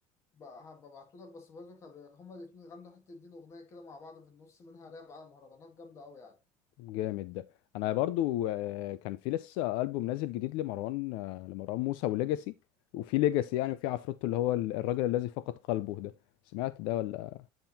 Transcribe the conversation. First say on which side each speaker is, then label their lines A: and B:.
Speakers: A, on the left (about 30°); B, on the left (about 65°).
A: بقى هبعتهولك بس برضه احنا ب- هما الاتنين غنوا حتة دين أغنية كده مع بعض في النص منها راب على مهرجانات جامدة أوي يعني
B: جامد ده انا برضو آه، كان في لسه البوم نازل جديد لمروان آه، لمروان موسى وليجاسي وفي ليجاسي
A: آه.
B: يعني وفي عفروتو اللي هو ال- الراجل الذي فقد قلبه ده سمعت ده ولا